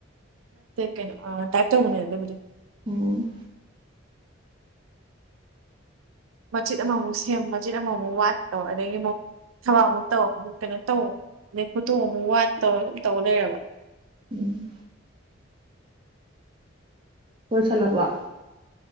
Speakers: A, on the right; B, on the right.
A: ꯀꯩꯅ ꯇꯥꯛꯇ ꯍꯅꯦ ꯍꯥꯏꯗꯕ
B: ꯎꯝ
A: ꯃꯆꯦꯠ ꯑꯃꯃꯨꯛ ꯁꯦꯝ ꯃꯆꯦꯠ ꯑꯃꯃꯨꯛ ꯋꯥꯠꯠꯇꯣ ꯑꯗꯒꯤ ꯑꯃꯨꯛ ꯊꯋꯥ ꯑꯃꯨꯛ ꯇꯧ ꯑꯃꯨꯛ ꯀꯩꯅꯣ ꯇꯧ ꯑꯗꯩ ꯐꯣꯇꯣꯛ ꯑꯃꯨꯛ ꯋꯥꯠꯇꯧꯔ ꯑꯗꯨꯝ ꯇꯧꯔ ꯂꯩꯔꯕ
B: ꯎꯝ ꯍꯣꯏꯁꯂ ꯋꯥ